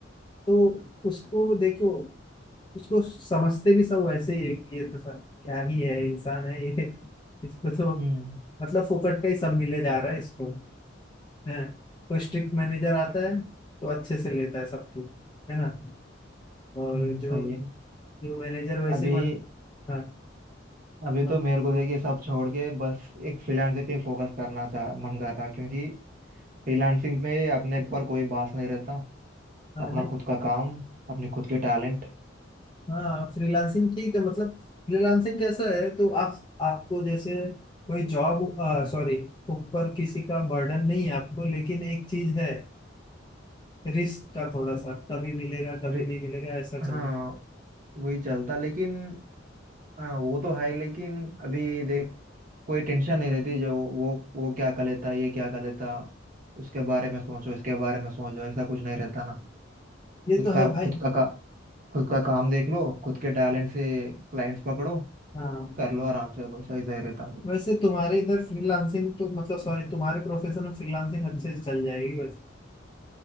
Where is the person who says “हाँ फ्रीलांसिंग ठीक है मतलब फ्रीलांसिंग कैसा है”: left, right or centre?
Left